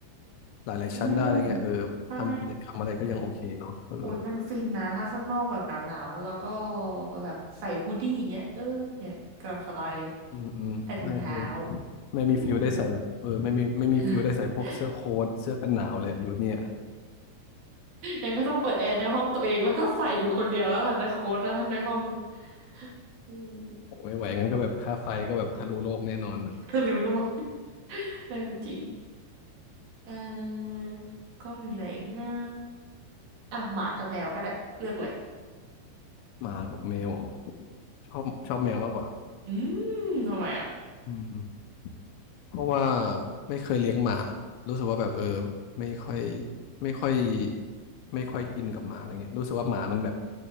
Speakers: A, on the left; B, on the right.
A: หลายๆชั้นได้อะไรเงี้ยเออทำกิจกรรมอะไรก็ยังโอเคเนาะเออ
B: อืมใช่โอ้ยมันฟินนะถ้าข้างนอกแบบหนาวๆแล้วเราก็แบบใส่ฮูดดี้อย่างเงี้ยเออเนี่ยกำลังสบายเลย
A: อืมอืมใช่เออ
B: ใส่ถุงเท้า
A: ไม่มีฟิลได้ใส่แบบเออไม่มีไม่มีฟิลได้ใส่พวกเสื้อโค้ทเสื้อกันหนาวเลยอยู่เนี่ย
B: อืม <laughs> งั้นก็ต้องเปิดแอร์ในห้องตัวเองแล้วก็ใส่อยู่คนเดียวแล้วล่ะในโค้ดนะในห้อง <laughs> อืม
A: โอ้ไม่ไหวงั้นก็แบบค่าไฟก็แบบทะลุโลกแน่นอนอะ
B: คนรู้โลก <laughs> เออจริงเออก็มีอะไรอีกนะอ่ะหมากับแมวก็ได้เลือกเลย
A: หมากับแมวอ๋อชอบชอบแมวมากกว่า
B: อืมทำไมอ่ะ
A: อืมเพราะว่าไม่เคยเลี้ยงหมารู้สึกว่าแบบเออไม่ค่อยไม่ค่อยไม่ค่อยอินกับหมาอะไรเงี้ยรู้สึกว่าหมามันแบบ